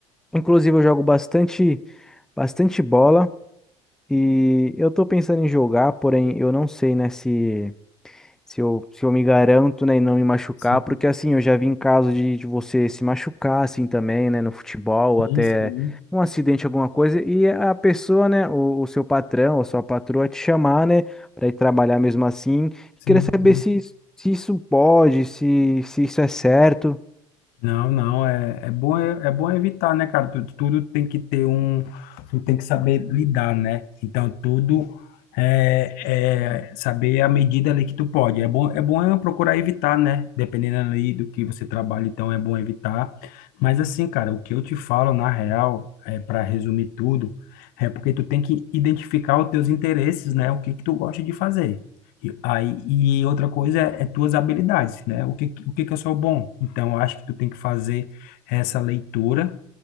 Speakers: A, in the centre; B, on the left.
A: Inclusive, eu jogo bastante, bastante bola e eu tô pensando em jogar, porém eu não sei, né, se, se eu, se eu me garanto, né, em não me machucar,
B: sim,
A: porque assim, eu já vi em caso de, de você se machucar, assim, também, né, no futebol, ou
B: sim,
A: até
B: sim, sim,
A: um acidente, alguma coisa, e a pessoa, né, o, o seu patrão ou sua patroa te chamar, né, pra ir trabalhar mesmo assim.
B: sim,
A: Queria saber
B: sim,
A: se, se isso pode, se, se isso é certo.
B: Não, não, é, é bom, é, é bom evitar, né, cara? Tudo, tudo tem que ter um, tu tem que saber lidar, né? Então, tudo é, é saber a medida ali que tu pode. É bom, é bom é procurar evitar, né? Dependendo ali do que você trabalha, então é bom evitar. Mas assim, cara, o que eu te falo, na real, é para resumir tudo, é porque tu tem que identificar os teus interesses, né? O que que tu gosta de fazer. E, aí, e outra coisa é, é tuas habilidades, né? O que, que- o que que eu sou bom? Então, eu acho que tu tem que fazer essa leitura